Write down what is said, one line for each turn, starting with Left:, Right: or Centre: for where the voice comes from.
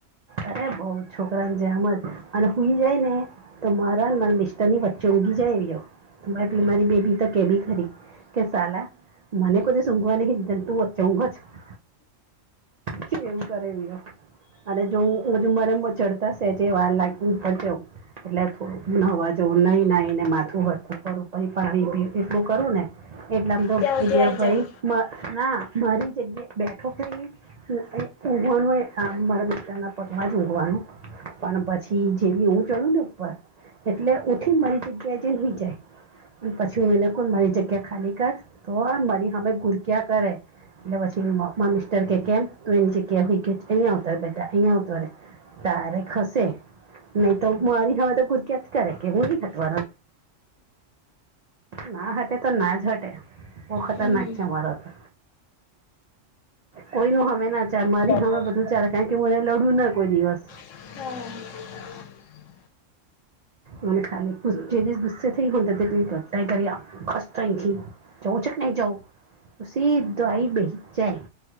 Right: અરે બો છોકરાન જેમ જ અને હુંઈ જાય ને તો મારા ને મારા મિસ્ટર ની વચ્ચે ઊંઘી જાય એરીઓ મારી બેબી તો કેબી ખરી કેસાલા મને કોઈ દિવસ ઉધવા નહી તું વચે ઉંધ જ <unintelligible> કેમું એવુ કરે વીયો જો હ મરેમ ચડતા સેજે વાર લાગવું <unintelligible> એટલે થોડું નાવા જેવું નહીં નાહી ને માથું સરખું કરું પછી પાણી પીવું એટલું કરું ને એટલે તો
Left: ત્યાં
Right: એ
Left: સુધી
Right: બે
Left: આઈ
Right: ભાઈ
Left: જાય
Right: ના મારી જગ્યા બેઠો હોય ઉઘવાનું મા <unintelligible> તેના પગમાં જ ઊંઘવાનું પણ પછી જેવી હું ચળુ ને ઉપર એટલે ઉઠીન મારી જગ્યાએ જઈ હુઈ જાય પછી હું એ <unintelligible> જગ્યા ખાલી કર તો મારી હમે ગુરયા કરે. લે પછી મારા મિસ્ટર કે કેમ તુ એની જગ્યા હું ઈ <unintelligible> અહીંયા આવતો રે ત્યારે ખસે નહી તો મારી હવે તો ગુરક્યા જ કર કે હું ની <unintelligible> ના હટે તો ના જ હટે બહુ ખતરનાક
Left: હમ
Right: છે મારો તો કોઈ ન હમે ના ચાલે મારી
Left: હમ
Right: હમે બધું ચાલે કારણ કે હું એને લડું ના કોઈ દિવસ
Left: હઅ.
Right: મને ખાલી ગુસ જે દિસ ગુસ્સે થઈ હોય તો તુઈ કર તય કરીઆવ ખસ તો અંય થી જઉ છ કે નહીં જઉ તો સિધો આઈ બેહીજ જાય.